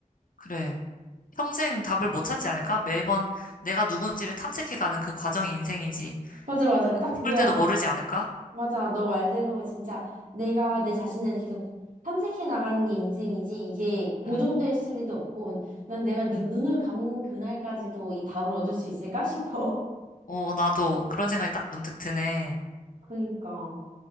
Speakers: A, on the left; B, on the right.
A: 그래. 평생 답을 못 찾지 않을까? 매번 내가 누군지를 탐색해가는 그 과정이 인생이지.
B: 맞아, 맞아. 딱 그거야.
A: 죽을 때도 모르지 않을까?
B: 맞아. 너 말대로 진짜 내가 내 자신을 계속 탐색해 나가는 게 인생이지 이게 고정될
A: 응,
B: 있을 리도 없고 난 내가 눈,
A: 응.
B: 눈을 감는 그날까지도 이 답을 얻을 수 있을까 싶어.
A: 어, 나도 그런 생각이 딱 문득 드네.
B: <laughs> 그니까.